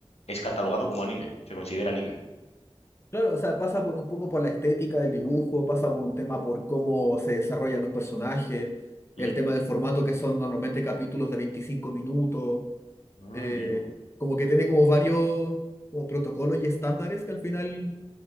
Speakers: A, on the left; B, on the left.
A: es catalogado como anime, se considera anime.
B: claro, o sea, pasa por un poco por la estética del dibujo, pasa por un tema por cómo se desarrollan los personajes,
A: ¿Mm?
B: el tema del formato que son normalmente capítulos de 25 minutos,
A: Ah,
B: eh,
A: amigo.
B: como que tiene como varios como protocolos y estándares que al final